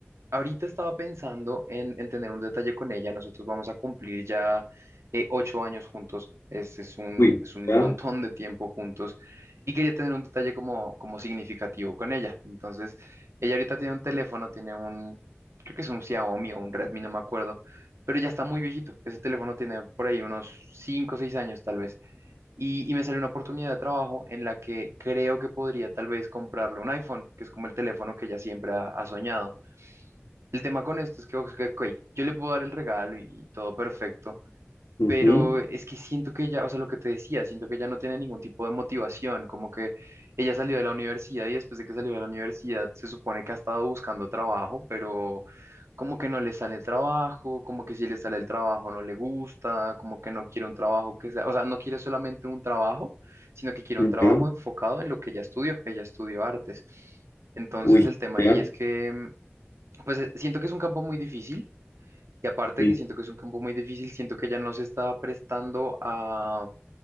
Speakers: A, on the right; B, on the left.
A: ahorita estaba pensando en, en tener un detalle con ella. Nosotros vamos a cumplir ya eh, ocho años juntos. Es, es un,
B: Uy,
A: es un
B: ya.
A: montón de tiempo juntos. Y quería tener un detalle como, como significativo con ella. Entonces, ella ahorita tiene un teléfono, tiene un, creo que es un Xiaomi o un Redmi, no me acuerdo. Pero ya está muy viejito. Ese teléfono tiene por ahí unos cinco o seis años tal vez y, y me salió una oportunidad de trabajo en la que creo que podría tal vez comprarle un iPhone, que es como el teléfono que ella siempre ha, ha soñado. El tema con esto es que, ok, ok, yo le puedo dar el regalo y todo perfecto,
B: ujú,
A: pero es que siento que ella, o sea, lo que te decía, siento que ella no tiene ningún tipo de motivación, como que ella salió de la universidad y después de que salió de la universidad se supone que ha estado buscando trabajo, pero como que no le sale el trabajo, como que si le sale el trabajo no le gusta, como que no quiere un trabajo que sea, o sea, no quiere solamente un trabajo, sino que quiere
B: ujú,
A: un trabajo
B: ya,
A: enfocado en lo que ella estudió, ella estudió artes. Entonces
B: Uy,
A: el tema
B: ya.
A: ahí es que, mm, pues eh, siento que es un campo muy difícil y aparte
B: ujú.
A: de que siento que es un campo muy difícil, siento que ya no se está prestando a,